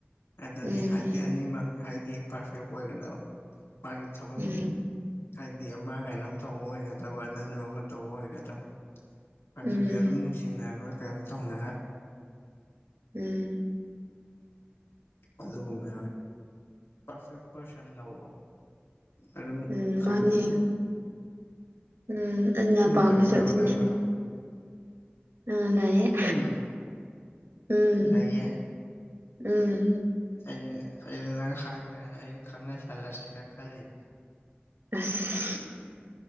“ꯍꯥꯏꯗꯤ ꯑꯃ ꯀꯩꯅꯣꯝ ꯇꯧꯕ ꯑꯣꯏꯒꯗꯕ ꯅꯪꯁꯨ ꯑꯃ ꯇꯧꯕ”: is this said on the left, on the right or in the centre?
Left